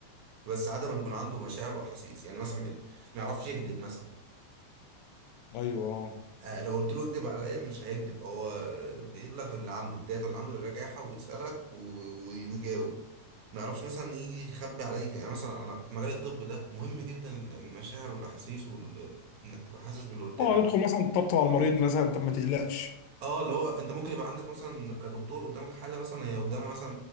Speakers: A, on the right; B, on the left.
A: بس عدم ان يكون عنده مشاعر واحاسيس يعني مثلا ما يعرفش يكذب مثلا
B: ايوه اه
A: آه لو قلت له اكذب عليا مش هيكذب هو بيقول لك اللي عنده الداتا اللي عنده يراجعها ويسالك و- و- ويجاوب ما يعرفش مثلا يجي يخبي عليك يعني مثلا انا في مجال الطب ده مهم جدا المشاعر والاحاسيس وانك تبقى حاسس باللي قدامك
B: يدخل مثلا طبطب على المريض مثلا طب ما تقلقش
A: اه اللي هو انت ممكن يبقى عندك مثلا كدكتور قدامك حاله مثلا هي قدامها مثلا